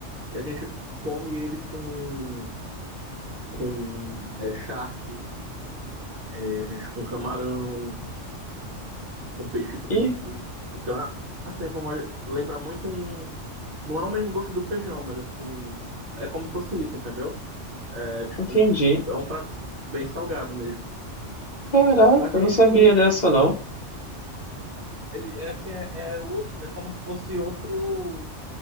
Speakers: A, on the right (about 65°); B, on the left (about 50°).
A: e a gente come ele com com é, charque, é, a gente com camarão, com peixe frito.
B: Ih,
A: Então é assim como a, lembra muito um não é o mesmo gosto do feijão, mas assim é como se fosse isso, entendeu? É tipo
B: entendi.
A: é um prato bem salgado mesmo.
B: Caraca,
A: Mas tem
B: eu não sabia
A: gente que
B: dessa, não.
A: Ele é assim, é, é, outro, é como se fosse outro,